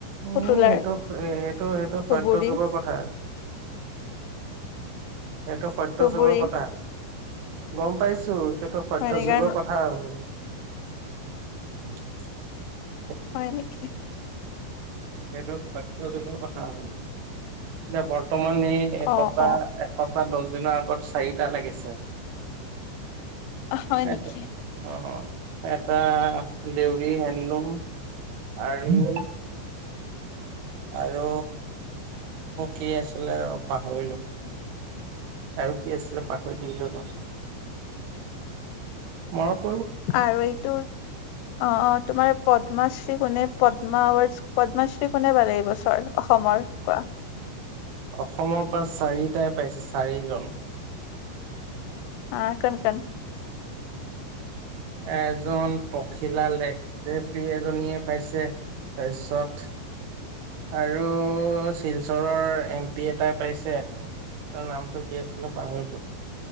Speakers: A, on the right (about 85°); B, on the left (about 85°).
A: উ
B: পুতলাৰ
A: সেইটো এইটো হেইটো
B: ধুবুৰী
A: সত্য যুগৰ কথা। এইেটো সত্য
B: ধুবুৰী
A: যুগৰ কথা। গম পাইছো। সেইটো সত্য
B: হয়নেকা
A: যুগৰ কথা আৰু। <inaudible>
B: হয়নেকি।
A: সেইটো সত্য যুগৰ কথা নে বৰ। বৰ্তমান এই
B: অ
A: একযা
B: অ
A: এশ। পাত দচ দিনৰ আগত চাৰিটা লাগিছে।
B: হয় নেকি
A: এটো অ। এটা দেউৰী হেণ্ডলুম আৰু। আৰু কি আছিলে আৰু পাহৰিলো আৰু কি আছিলে পাহৰি থাকিলো য মৰম।
B: আৰু এইটো অ অ। তোমাৰ পদ্মাশ্ৰী কোনে পদ্মা উৱদছ পদ্মাশ্ৰী কোনে বালে এই বছৰ অসমৰ কোৱা?
A: অসমৰ পৰা চাৰিটাই পাইছ চাৰিজন।
B: আহ কন কন।
A: এজন পখিলা লেকটেপি এজনীয়ে পাইছে তাপিছত। আৰু শিলচৰৰ এম পি এটাই পাইছে তাৰ নামটো। কি আছিলে পাহৰিলোঁ।